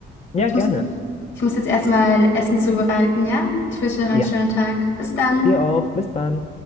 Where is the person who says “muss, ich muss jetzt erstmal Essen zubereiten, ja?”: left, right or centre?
Left